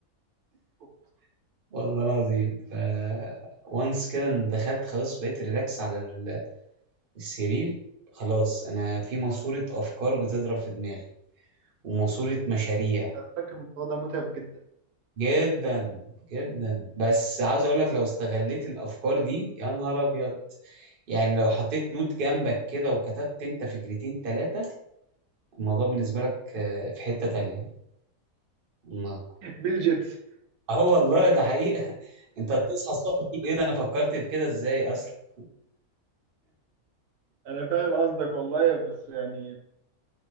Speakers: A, on the right; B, on the right.
A: أوبس،
B: <laughs> والله العظيم ف وانس كده إن دخلت خلاص بقيت ريلاكس على ال- السرير خلاص انا في ماسوره افكار بتضرب في دماغي وماسوره مشاريع
A: أنا فاكر الموضوع ده متعب جدا
B: جدا جدا بس عاوز اقول لك لو استغليت الافكار دي يا نهار ابيض يعني لو حطيت نوت جنبك كده وكتبت انت فكرتين ثلاثة الموضوع بالنسبة لك آه، في حتة تانية والله
A: <laughs> بالجيتس
B: اه والله ده حقيقة <laughs> انت بتصحى الصبح تقول ايه ده انا فكرت في كده ازاي اصلا
A: انا فاهم قصدك والله بس يعني